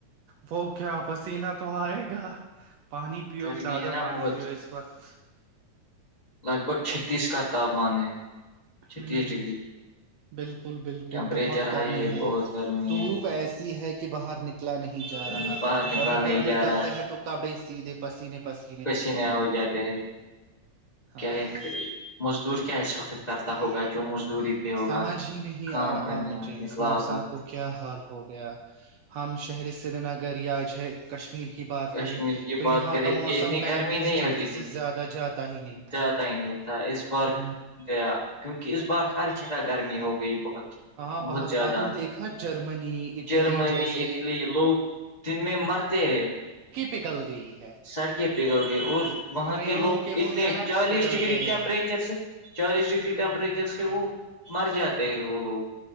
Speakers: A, on the right (about 70°); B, on the left (about 35°).
A: وہ کیا پسینہ تو آئے گا پانی پیو
B: گرمی
A: زیادہ
B: ہے نا
A: پانی
B: بہت
A: پیو اس وقت
B: لگ بھگ چھتیس کا تاپمان ہے چھتیس
A: ہوں
B: ڈگری
A: بالکل بالکل
B: ٹمپریچر
A: بہت گرمی
B: ہائی
A: ہے
B: بہت گرمی
A: دھوپ ایسی ہے کہ کہ باہر نکلا نہیں جا
B: ہے
A: رہا
B: باہر نکلا
A: اور اگر
B: نہیں
A: نکلتے
B: جا رہا
A: ہیں تو کپڑے سیدھے پسینے پسی
B: کسی نہ ہو جاتا
A: ہاں
B: کیا ہے کر مزدور کیا اس وقت کرتا ہوگا جو مزدوری پہ ہوگا
A: سمجھ ہی نہیں
B: کام
A: آ رہا
B: کرنے
A: مجھے
B: نکلا
A: اس موسم
B: ہوگا
A: کو کیا حال ہو گیا ہم شہری سری نگر یا کشمیر کی بات
B: کشمیر
A: کریں
B: کی
A: تو
B: بات
A: یہاں
B: کریں
A: کا
B: اتنی
A: موسم پینتیس
B: گرمی نہیں
A: ڈگری
B: ہوتی تھی
A: سے زیادہ جاتا ہی نہیں تھا
B: جاتا ہی نہیں تھا اس بار
A: ہوں،
B: گیا کیونکہ اس بار ہر جگہ گرمی ہو گئی بہت
A: ہاں
B: بہت
A: بات
B: زیادہ
A: آپ نے دیکھا جرمنی اٹلی
B: جرمنی
A: جیسے
B: اٹلی لوگ دن میں مرتے ہیں
A: پگل گئی ہے
B: سڑکیں پگل گئے اور وہاں
A: ٹرینوں
B: کے لوگ اتنے
A: وہ ٹریکس
B: چالیس
A: پگھل
B: ڈگری
A: گئے
B: ٹیمپریچر
A: ہیں
B: سے چالیس ڈگری ٹیمپریچر سے وہ مر جاتے ہیں وہ لوگ